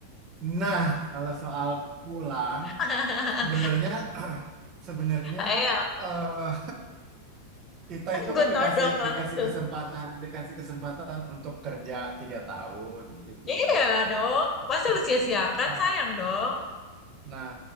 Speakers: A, on the right; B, on the left.
A: Nah, kalau soal pulang,
B: <laughs>
A: sebenarnya <clears throat> sebenarnya
B: Ayo,
A: eh kita itu
B: gue
A: kan
B: <laughs>
A: dikasih
B: todong langsung.
A: dikasih kesempatan dikasih kesempatan untuk kerja tiga tahun di sini.
B: Iya dong, masa
A: <clears throat>
B: lu sia-siakan
A: Eh,
B: sayang dong.
A: Nah,